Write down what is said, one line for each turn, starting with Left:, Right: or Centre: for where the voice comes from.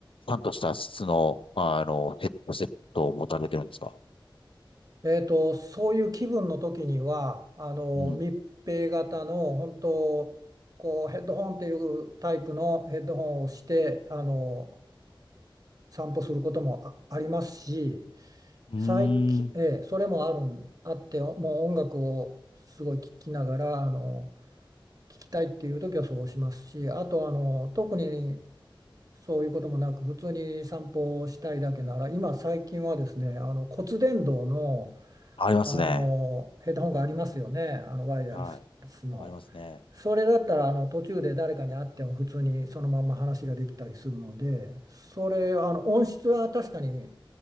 Left: ちゃんとした質の、あの、ヘッドセットを持たれてるんですか
Right: えーと、そういう気分の時にはあの密閉型の本当こうヘッドホンっていうタイプのヘッドホンをしてあの
Left: うん。
Right: 散歩することもあ、ありますし
Left: うー
Right: 最近、
Left: ん。
Right: えーそれもあるんあってもう音楽をすごい聴きながらあの聴きたいっていう時はそうしますしあとあの特にそういうこともなく普通に散歩をしたいだけなら今最近はですねあの骨伝導の
Left: ありますね。
Right: あのヘッドホンがありますよね、あのワイヤレスの。
Left: はい。ありますね。
Right: それだったらあの途中で誰かに会っても普通にそのまんま話ができたりするので、それあの音質は確かに、